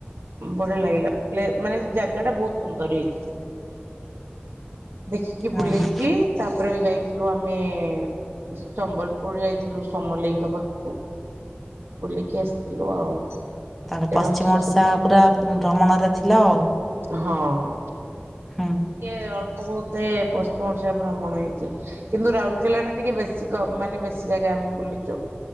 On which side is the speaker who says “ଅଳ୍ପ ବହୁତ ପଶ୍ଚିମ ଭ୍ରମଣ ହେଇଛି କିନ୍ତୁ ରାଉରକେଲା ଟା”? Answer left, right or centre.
Right